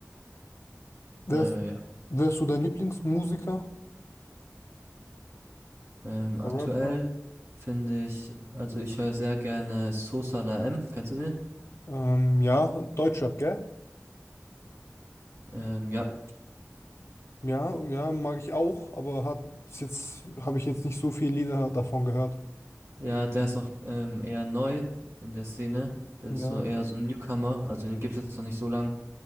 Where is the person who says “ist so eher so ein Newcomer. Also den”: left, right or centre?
Right